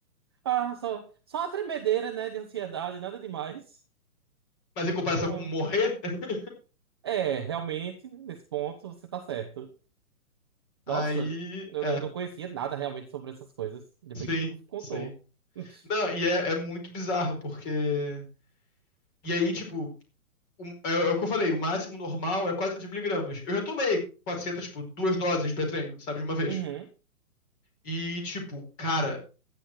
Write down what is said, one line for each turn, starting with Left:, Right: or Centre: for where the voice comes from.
Right: Ah, só, só uma tremedeira, né, de ansiedade, nada demais.
Left: Mas em comparação
Right: O que é uma...
Left: com morrer, <laughs>
Right: É, realmente, nesse ponto, você tá certo.
Left: aí.
Right: Nossa, eu,
Left: É,
Right: eu não conhecia nada realmente sobre essas coisas. Ainda
Left: sim,
Right: bem que tu me contou.
Left: sim.
Right: <laughs>
Left: Não, e é, é muito bizarro, porque. E aí, tipo, o- é, é o que eu falei, o máximo normal é 400 miligramas. Eu já tomei 400, tipo, duas doses pré-treino, sabe? De uma vez.
Right: Uhum,
Left: E, tipo, cara,